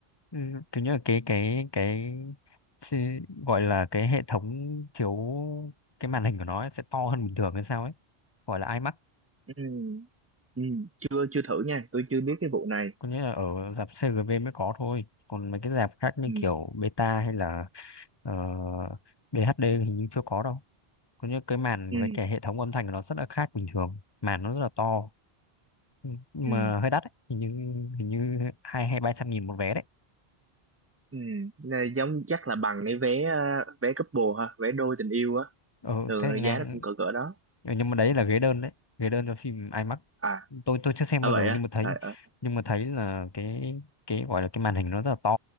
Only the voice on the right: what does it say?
ừ. Ừ. chưa chưa thử nha tôi chưa biết cái vụ này
ừ.
Ừ.
Ừ.
Ừ. Này, giống chắc là bằng cái vé ờ, vé couple ha vé đôi tình yêu á
thường
là
giá nó cũng cỡ cỡ đó
à
à
vậy
á
à, à.